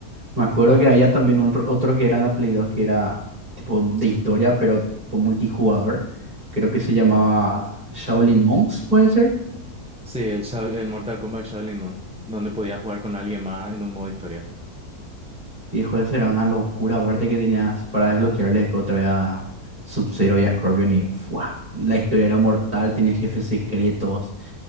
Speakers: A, on the right; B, in the centre.
A: Me acuerdo que había también otro, otro que era en la Play 2 que era tipo de historia, pero tipo multijugador. Creo que se llamaba Shaolin Monks, puede ser.
B: Sí, el, Shao- el Mortal Kombat Shaolin Mon, donde podía jugar con alguien más en un modo historia.
A: Viejo, esa era una locura. Aparte que tenías para desbloquearle después otra vez a Sub-Zero y a Scorpion y ¡fua! La historia era mortal, tenía jefes secretos.